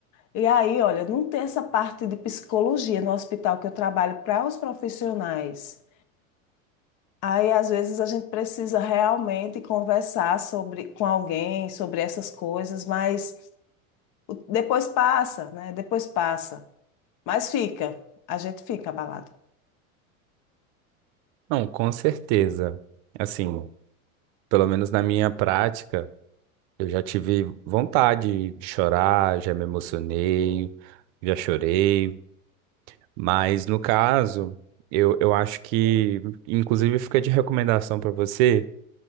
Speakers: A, on the left; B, on the right.
A: E aí, olha, não tem essa parte de psicologia no hospital que eu trabalho para os profissionais. Aí, às vezes, a gente precisa realmente conversar sobre, com alguém sobre essas coisas, mas o- depois passa, né? Depois passa. Mas fica, a gente fica abalado.
B: Não, com certeza. Assim, pelo menos na minha prática, eu já tive vontade de chorar, já me emocionei, já chorei. Mas no caso, eu, eu acho que, inclusive, fica de recomendação para você,